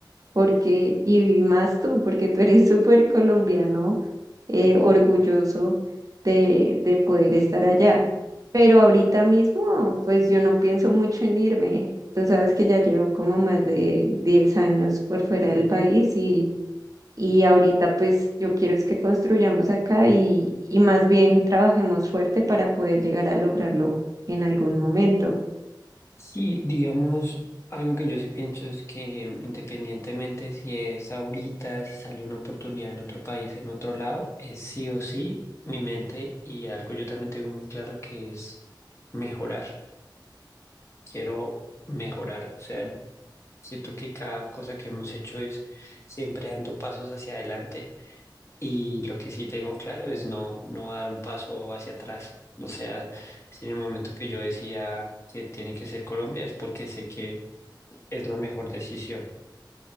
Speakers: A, on the right (about 45°); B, on the left (about 35°).
A: porque, y más tú, porque tú eres <laughs> súper colombiano, eh, orgulloso de, de poder estar allá. Pero ahorita mismo, pues yo no pienso mucho en irme. Tú sabes que ya llevo como más de 10 años por fuera del país y, y ahorita pues yo quiero es que construyamos acá y, y más bien trabajemos fuerte para poder llegar a lograrlo en algún momento.
B: sí digamos, algo que yo sí pienso es que mm, independientemente si es ahorita, si sale una oportunidad en otro país, en otro lado, es sí o sí mi mente y algo yo también tengo muy claro que es mejorar. Quiero mejorar. O sea, siento que cada cosa que hemos hecho es siempre dando pasos hacia adelante Y lo que sí tengo claro es no, no dar un paso hacia atrás. O sea, si en el momento que yo decía que tiene que ser Colombia es porque sé que es la mejor decisión.